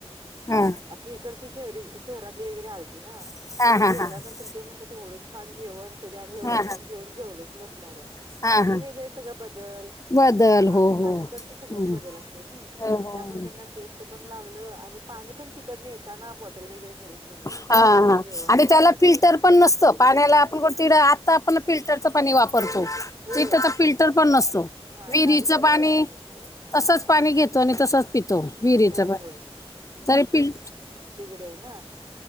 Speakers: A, on the left; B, on the right.
A: हा
B: इकडची शहरी शहरातली वगरे आलती ना
A: हा
B: तिथे
A: हा
B: जेवल्यानंतर
A: हा हा
B: ते म्हण ते एवढं छान जेव कधी आम्ही एवढं
A: हा
B: छान जेवण जेवलोच नसणार आहे
A: हा
B: पाणी
A: हा
B: वगैरे सगळं बदल
A: बदल हो
B: आणि
A: हो
B: हा तिकडच
A: हं.
B: सगळच बदल असते ना
A: हो, हो.
B: त्यामुळे त्यां टेस्ट पण लागलं आणि पाणी पण तिकडताना बॉटल वगरे भरून घेऊन आले
A: हा
B: तेवढे
A: हा
B: छान जेव आणि पाण्या
A: त्याला फिल्टर पण नसतं पाण्याला आपण तं आता आपण फिल्टरचं पाणी वापरतो
B: होय.
A: तथचा फिल्टर पण नसतो
B: हा
A: विरीच
B: गावी फिल्टर
A: पाणी
B: पण नसतं
A: तसच पाणी घेतो आणि तसच पितो. विहिरीचं
B: होय
A: पाणी
B: होय
A: तरी पि
B: ते ना